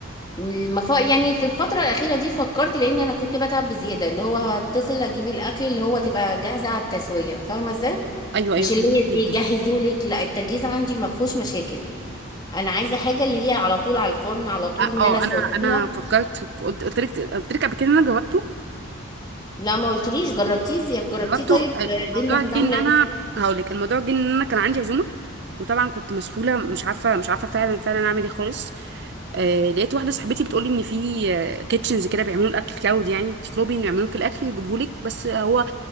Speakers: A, on the left; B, on the right.
A: المف... يعني في الفترة الأخيرة دي فكرت لأن أنا كنت بتعب بزيادة اللي هو هتصل أجيب الأكل اللي هو تبقى
B: مم.
A: جاهزة على التسوية فاهمة إزاي؟
B: ايوه ايوه
A: مش
B: فهمتني
A: اللي هي بيجهزوا
B: جدا
A: لك لا التجهيز عندي ما فيهوش مشاكل انا عايزه حاجه اللي هي على طول على الفرن على طول
B: اه
A: ان
B: آه،
A: انا اسويها
B: انا انا فكرت وقلت- قلت لك قلت لك قبل كده إن انا جاوبته
A: لا ما قلتليش جربتيه زيك جربتيه
B: جاوبته
A: طيب
B: الموضوع
A: الدنيا كانت
B: جه
A: عامله
B: ان انا
A: ايه
B: هقول لك الموضوع جه ان انا كان عندي عزومه وطبعا كنت مسحوله مش عارفه مش عارفه فعلا فعلا اعمل ايه خالص آه لقيت واحده صاحبتي بتقولي ان في كيتشنز كده بيعملوا الاكل كلاود يعني بتطلبي ان يعملوا لك الاكل ويجيبوه لك بس هو